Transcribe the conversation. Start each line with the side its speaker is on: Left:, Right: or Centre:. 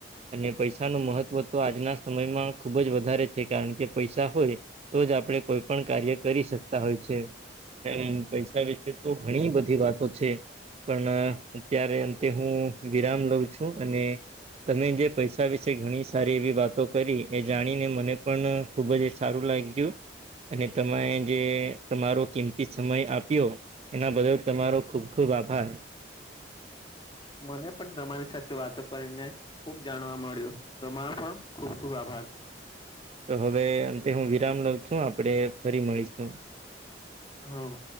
Right: અને પૈસાનું મહત્વ તો આજના સમયમાં ખૂબજ વધારે છે, કારણકે પૈસા હોય તો જ આપડે કોઈ પણ કાર્ય કરી શકતા હોય છે. એમ પૈસા વિશે તો ઘણી બધી વાતો છે. પણ અત્યારે અંતે હું વિરામ લઉં છું અને તમે જે પૈસા વિશે ઘણી સારી એવી વાતો કરી એ જાણીને મને પણ ખુબજ સારું લાગ્યું. ગયું અને તમારે જે તમારો કિંમતી સમય આપ્યો એના બદલ તમારો ખુબ ખુબ આભાર.
Left: મને પણ તમારી સાથે વાતો કરીને ખુબ જાણવા મળ્યું. તમારો પણ ખૂબ ખુબ આભાર.
Right: તો હવે અંતે હું વિરામ લઉં છું, આપડે ફરી મળીશું.
Left: હા.